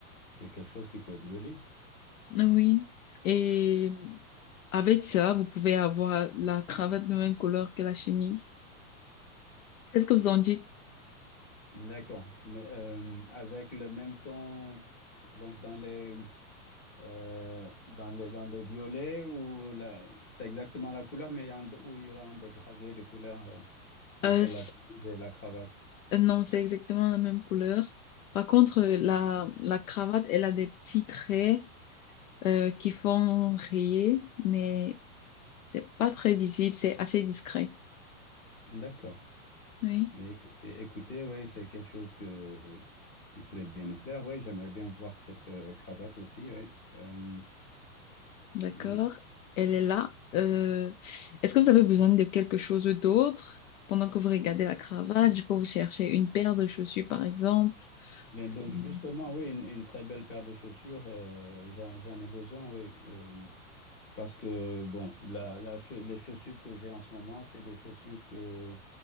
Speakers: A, on the left (about 20°); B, on the left (about 65°).
A: c'est quelque chose qui peut être joli.
B: Oui. Et avec ça, vous pouvez avoir la cravate de même couleur que la chemise. Qu'est-ce que vous en dites?
A: D'accord. Mais euh, avec le même ton, donc dans les, euh, dans les, dans les violets, ou la, c'est exactement la couleur, mais il y a un- où il y aura un dégradé de couleur euh, entre
B: Euh, c-
A: la chemise et la cravate.
B: euh, non, c'est exactement la même couleur. Par contre, euh, la, la cravate, elle a des petits traits euh, qui font rayer, mais c'est pas très visible, c'est assez discret.
A: D'accord.
B: Oui.
A: Mais écoutez, écoutez, oui, c'est quelque chose que, qui pourrait bien me plaire. Oui, j'aimerais bien voir cette euh, cravate aussi. Oui. Euh,
B: D'accord.
A: mm,
B: Elle est là. Euh, est-ce que vous avez besoin de quelque chose d'autre pendant que vous regardez la cravate? Je peux vous chercher une paire de chaussures, par exemple.
A: mais, mais
B: Ou-
A: justement, oui, une, une très belle paire de chaussures, euh, j'en, j'en ai besoin. Oui. Euh, Parce que, bon, la, la che- les chaussures que j'ai en ce moment, c'est des chaussures que